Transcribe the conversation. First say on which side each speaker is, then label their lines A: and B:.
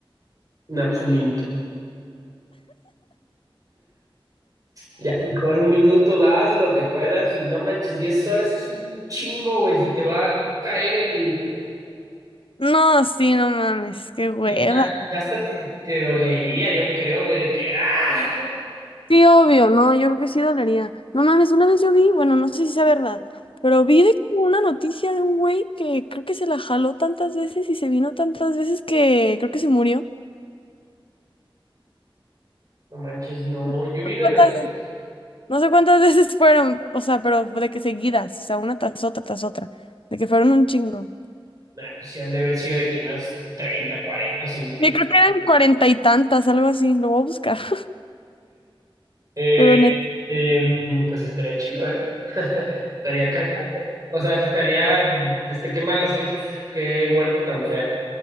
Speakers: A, on the right (about 40°); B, on the left (about 70°).
A: No, pues un minuto. Ya, mejor un minuto, das lo que puedas y no manches, 10 horas es un chingo, güey, se te va a caer el... Oye,
B: No, sí, no mames, qué hueva.
A: Ya, ya hasta te, te dolería, yo creo, güey, de que ¡ah!
B: Sí, obvio, no, yo creo que sí dolería. No mames, una vez yo vi, bueno, no sé si sea verdad, pero vi de que una noticia de un güey que creo que se la jaló tantas veces y se vino tantas veces que creo que se murió.
A: No manches, no.
B: No
A: Yo vi
B: sé
A: una
B: cuántas
A: noticia.
B: ve- no sé cuántas <laughs> veces fueron, o sea, pero de que seguidas, o sea, una tras otra, tras otra, de que fueron un chingo.
A: Nah, pues sí han de haber sido de que unas treinta, cuarenta, cincuenta,
B: Yo creo que eran cuarenta y tantas, algo así, lo voy a buscar. <laughs>
A: Eh,
B: Pero neta,
A: em, pues estaría chido, ¿eh? <laughs> Estaría cagado. O sea, estaría. Este, qué malas, qué, qué muerte tan fea.